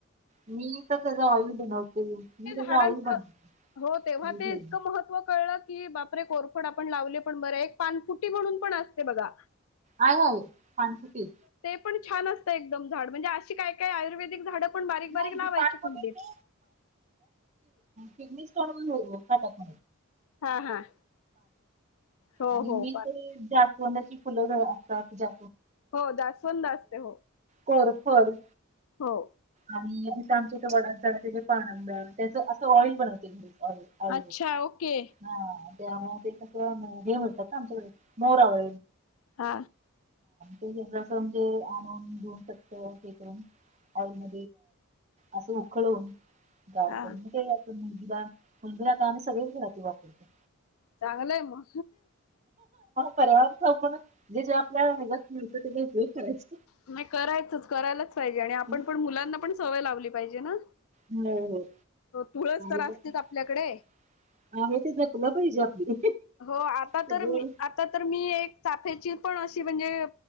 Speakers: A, on the right; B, on the left.
A: मी तर त्याचा ऑइल बनवते मी त्याचा
B: ड
A: ऑइल बनवते
B: हो तेव्हा
A: मी
B: ते
A: घरी
B: इतकं महत्व कळलं की बापरे कोरफड आपण लावले पण बरं एक पानफुटी म्हणून पण असते बघा
A: आहे आहे पाणखती
B: पणछान असतं एकदम झाड म्हणजे अशी काय काय आयुर्वेदिक झाड पण बारीक
A: नाही
B: बारीक लावायची
A: ते पान
B: कुंडीत
A: वगैरे पिकनिक स्पॉट व पाटक
B: हां, हां. हो,
A: आणि
B: हो.
A: मी
B: पण
A: जास्त फुलं असतात तुझ्या
B: हो दासवंद असते हो
A: करर फर
B: हो
A: आणि इ आमच्या वडात झाला तिथे पाणड त्याच असं ॉळी बनवते म्हे हो अ
B: अच्छा ओके.
A: हा त्यामुळे ते हे होतात ना आमच्या मोरा व
B: हा
A: ते जसं म्हणजे आणून घेऊन शकत ते करून आई म असं उखळ होऊन गार
B: हां.
A: कर ते आपण मुलगीला मुलगीला का नाही सगळे घडचे वापरतेो
B: चांगलंय म
A: पर्यावर आपणण जे जे आपल्या ह मिळत तेरायच
B: नाही करायचच करायलाच पाहिजे आणि आपण
A: हो
B: पण मुलांना पण सवय लावली पाहिजे ना
A: होम् हो
B: हो तुळस तर
A: तर
B: असतेच आपल्याकडे.
A: हे तेच ना खुलं पाहिजे आपली
B: हो आता
A: सगळे
B: तर मी आता तर मी एक फेची पण अशी म्हणजे